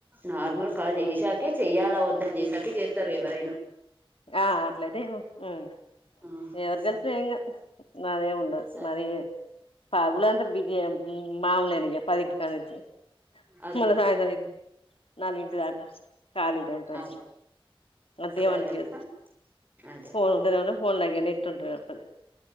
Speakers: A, on the right; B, on the left.
A: నార్మల్ కాల్ చేశాకే చేయ్యాలా వద్దా అని చేశాకే చేత్తారు ఎవ్వరైనా
B: ఆ అట్లైతే ఏమో హ్మ్
A: ఆ
B: ఎవరి
A: సరే
B: తెలుత్తొ <unintelligible> <inaudible> మాదేం ఉండదు
A: సరే
B: మరియే పగులు అంత బిజీయే మ్మ్ మామూల్నే ఇగ పదింటికాడ నుంచి
A: అదే
B: మల్ల
A: అదే
B: సాయంత్రం ఇది నాలుగింటిదాకా ఖాళీ టైం పనికి
A: అదే
B: అంతేం
A: సరే
B: అన్పియ్యదు.
A: అక్క అదే
B: ఫోన్
A: అదే
B: ఉండదేమోనే ఫోన్ లై ఇగ నెట్ ఉంటదో <inaudible>